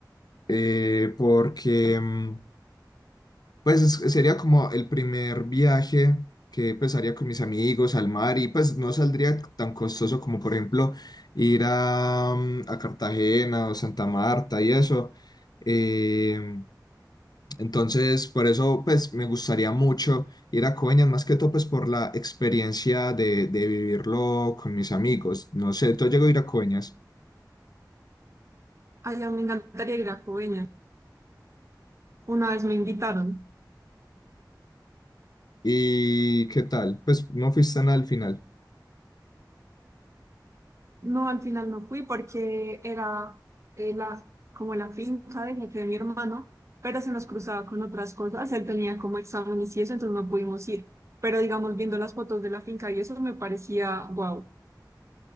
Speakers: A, on the left (about 65°); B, on the right (about 40°).
A: eh, porque mm, pues es- sería como el primer viaje que pues haría con mis amigos al mar y pues no saldría tan costoso como por ejemplo ir a, mm, a Cartagena o Santa Marta y eso. Eh, entonces por eso pues me gustaría mucho ir a Coveñas más que todo pues por la experiencia de, de vivirlo con mis amigos. No sé, tú llegó a ir a Coveñas.
B: Ay, a mí me encantaría ir a Coveñas. Una vez me invitaron.
A: ¿Y qué tal? Pues no fuiste nada al final.
B: No, al final no fui porque era eh, la, como la finca del jefe de mi hermano, pero se nos cruzaba con otras cosas. Él tenía como exámenes y eso, entonces no pudimos ir. Pero digamos, viendo las fotos de la finca y eso me parecía wow.